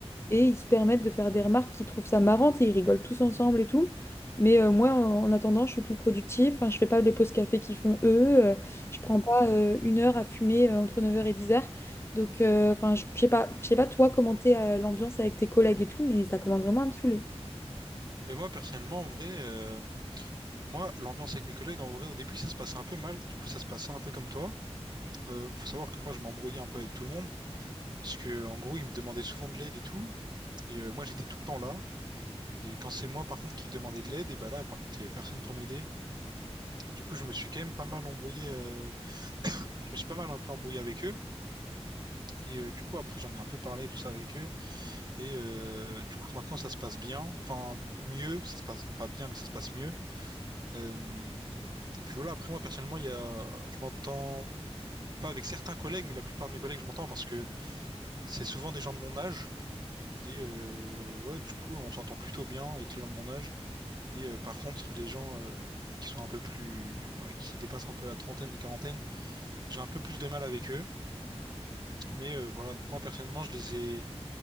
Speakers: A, on the left (about 25°); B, on the right (about 40°).
A: et ils se permettent de faire des remarques qu'ils trouvent ça marrante et ils rigolent tous ensemble et tout. Mais euh, moi, en en attendant, je suis plus productive, enfin, je fais pas les pauses café qu'ils font eux, euh,
B: Mm.
A: je prends pas euh, une heure à fumer euh, entre neuf heures et dix heures donc, euh, enfin, je je sais pas, je sais pas toi comment t'es euh, l'ambiance avec tes collègues et tout, mais ça commence vraiment à me saouler.
B: Mais moi, personnellement, en vrai, euh, moi, l'ambiance avec mes collègues, en vrai, au début, ça se passait un peu mal. Du coup, ça se passait un peu comme toi. Euh, faut savoir que moi, je m'embrouillais un peu avec tout le monde. Parce que, en gros, ils me demandaient souvent de l'aide et tout. Et euh, moi, j'étais tout le temps là. Et quand c'est moi, par contre, qui demandais de l'aide, et bah là, par contre, il y avait personne pour m'aider. Du coup, je me suis quand même pas mal embrouillé. euh, Je me suis pas mal un peu embrouillé avec eux. Et euh, du coup, après, j'en ai un peu parlé, tout ça avec eux. Et euh, du coup, maintenant, ça se passe bien. Enfin, mieux. Ça se passe pas bien, mais ça se passe mieux. Euh, et puis voilà, après moi personnellement, il y a, je m'entends pas avec certains collègues, mais la plupart de mes collègues, je m'entends parce que c'est souvent des gens de mon âge. Et euh, ouais, du coup, on s'entend plutôt bien avec les gens de mon âge. Et euh, par contre, les gens euh, qui sont un peu plus, ouais, qui dépassent un peu la trentaine, quarantaine, j'ai un peu plus de mal avec eux. Mais euh, voilà, donc moi personnellement, je les ai,